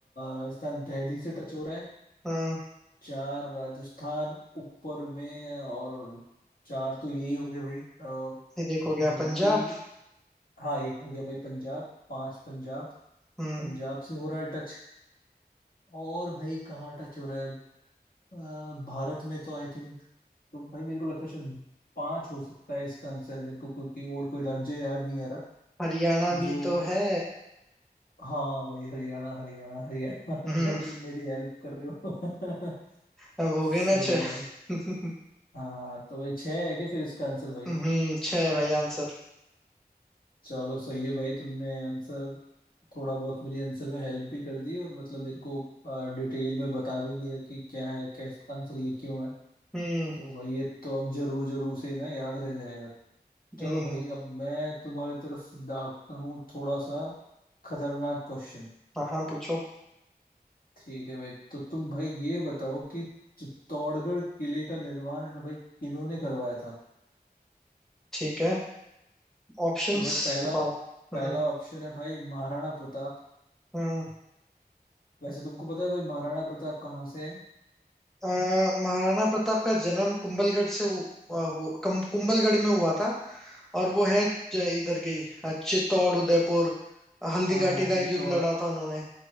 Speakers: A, on the left; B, in the centre.
A: राजस्थान दिल्ली से टच हो रहा है
B: हम्म
A: चार राजस्थान ऊपर में और चार तो यही हो गए भाई अ,
B: ये देखो गया
A: यूपी
B: पंजाब
A: हाँ एक हो गया भाई पंजाब पांच पंजाब
B: हम्म
A: पंजाब से हो रहा है टच और भाई कहाँ टच हो रहा है अ, भारत में तो आई थिंक तो भाई मेरे को लगता है शायद पांच हो सकता है इसका आंसर मेरे को क्योंकि और कोई राज्य याद नहीं आ रहा
B: हरियाणा
A: जो
B: भी तो है
A: हाँ भाई हरियाणा हरियाणा हरियाणा
B: हम्म
A: <laughs> भाई तुम मेरी हेल्प कर रहे हो
B: अब
A: <laughs>
B: हो
A: सही
B: गए ना छह
A: है भाई
B: <laughs>
A: हाँ तो भाई छह है क्या फिर इसका आंसर भाई
B: हम्म छह है भाई आंसर
A: चलो सही है भाई तुमने आंसर थोड़ा बहुत मेरी आंसर में हेल्प भी कर दी और मतलब मेरे को डिटेल में बता भी दिया कि क्या है कैसे आंसर ये क्यों है
B: हम्म
A: तो भाई ये तो अब जरूर जरूर से ना याद रह जाएगा चलो
B: हम्म
A: भाई अब मैं तुम्हारी तरफ दागता हूँ थोड़ा सा खतरनाक क्वेश्चन
B: हाँ पूछो
A: ठीक है भाई तो तुम भाई ये बताओ कि चित्तौड़गढ़ किले का निर्माण है ना भाई किन्होंने करवाया था
B: ठीक है ऑप्शंस
A: तो भाई पहला
B: बताओ
A: पहला
B: हम्म
A: ऑप्शन है भाई महाराणा प्रताप
B: हम्म
A: वैसे तुमको पता है भाई महाराणा प्रताप कहाँ से है
B: अ, महाराणा प्रताप का जन्म कुंभलगढ़ से हु- अ, हु- कम- कुंभलगढ़ में हुआ था और वो है च- इधर के ही, अ, चित्तौड़ उदयपुर हल्दीघाटी
A: हाँ चित्तौड़
B: का युद्ध लड़ा था उन्होंने